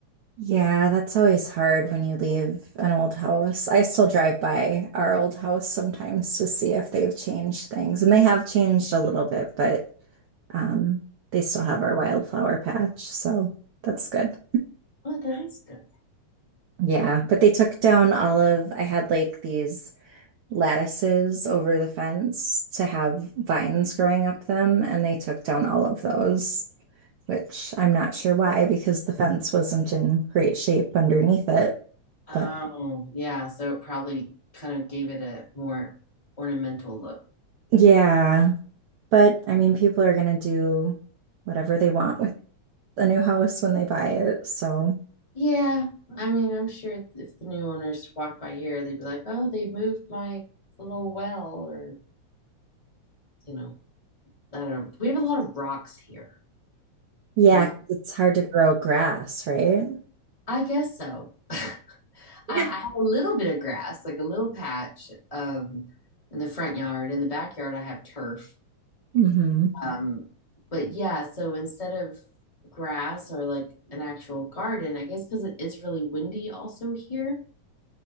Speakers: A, on the right; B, on the left.
A: Yeah, that's always hard when you leave an old house. I still drive by our old house sometimes to see if they've changed things, and they have changed a little bit, but um, they still have our wildflower patch, so that's good.
B: Oh, that is good.
A: Yeah, but they took down all of, I had like these lattices over the fence to have vines growing up them, and they took down all of those. which I'm not sure why because the fence wasn't in great shape underneath it.
B: Oh,
A: But
B: yeah. So it probably kind of gave it a more ornamental look.
A: yeah, but I mean, people are going to do whatever they want with a new house when they buy it. So
B: Yeah. I mean, I'm sure if the new owners walk by here, they'd be like, oh, they moved my little well, or, you know, I don't know. We have a lot of rocks here.
A: yeah,
B: And
A: 'cause it's hard to grow grass, right?
B: I guess so. <laughs> I, I
A: Yeah.
B: have a little bit of grass, like a little patch um, in the front yard. In the backyard, I have turf.
A: hmm
B: Um, but yeah, so instead of grass or like an actual garden, I guess because it is really windy also here.